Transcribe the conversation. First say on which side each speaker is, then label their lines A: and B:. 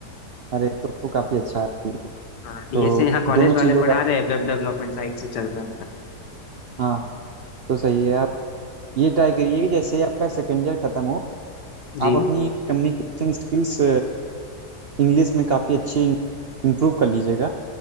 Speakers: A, on the right; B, on the left.
A: अरे तो, तो काफ़ी अच्छा है
B: हाँ ये
A: तो
B: से यहाँ कॉलेज
A: दोनों
B: वाले
A: चीज़ों
B: पढ़ा
A: का
B: रहे हैं वेब डेवलपमेंट साइट से चल रहा है मेरा
A: हाँ हाँ तो सही है आप ये ट्राई करिए कि जैसे ही आपका सेकेंड ईयर खत्म हो
B: जी
A: आप अपनी कम्युनिकेशन स्किल्स इंग्लिश में काफ़ी अच्छी इम्प्रूव कर लीजिएगा